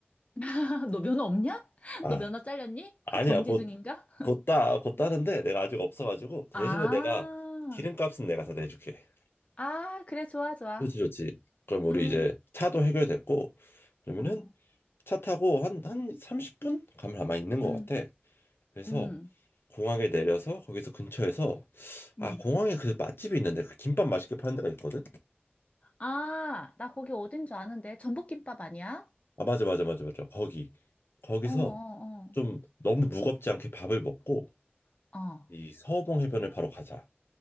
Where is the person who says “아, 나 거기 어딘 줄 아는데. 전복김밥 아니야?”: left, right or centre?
Left